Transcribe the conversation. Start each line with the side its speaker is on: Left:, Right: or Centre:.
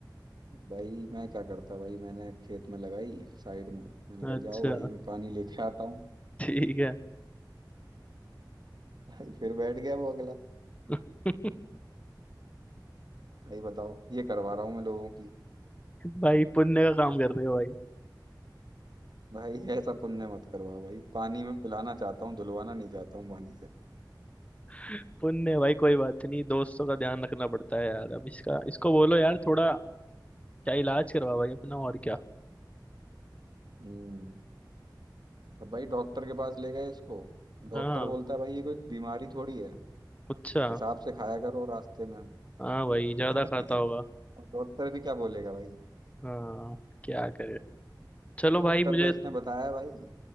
Right: भाई मैं क्या करता भाई मैंने खेत में लगाई साइड में मैंने
Left: अच्छा
Right: कहा जाओ भाई मैं पानी लेके आता हूँ
Left: ठीक है
Right: भाई <laughs> फिर बैठ गया वो अगला
Left: <laughs>
Right: भाई बताओ ये करवा रहा हूँ मैं लोगों की
Left: भाई पुण्य का काम कर रहे हो भाई
Right: भाई ऐसा पुण्य मत करवाओ भाई पानी में पिलाना चाहता हूँ धुलवाना नहीं चाहता हूँ पानी से
Left: <laughs> पुण्य भाई कोई बात नहीं दोस्तों का ध्यान रखना पड़ता है यार अब इसका इसको बोलो यार थोड़ा क्या इलाज करवा भाई अपना और क्या
Right: हम्म अब भाई डॉक्टर के पास ले गए इसको डॉक्टर
Left: हाँ
Right: बोलता है भाई ये कोई बीमारी थोड़ी है
Left: अच्छा
Right: हिसाब से खाया करो रास्ते में
Left: हाँ भाई
Right: <laughs>
Left: ज्यादा खाता होगा
Right: और डॉक्टर भी क्या बोलेगा भाई
Left: हाँ क्या करे चलो
Right: डॉक्टर
Left: भाई मुझे
Right: को इसने बताया है भाई